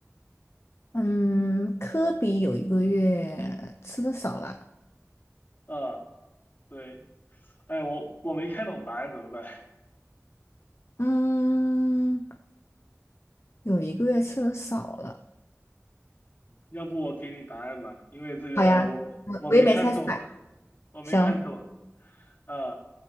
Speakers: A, on the left (about 60°); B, on the left (about 40°).
A: 嗯，科比有一个月吃的少了。
B: 呃，对，哎，我我没看懂答案怎么办？<laughs>
A: 嗯，有一个月吃的少了。
B: 要不我给你答案吧，因为这个我我没看懂，
A: 好呀，我我也没猜出来。
B: <laughs> 我没看懂。
A: 行，
B: 啊，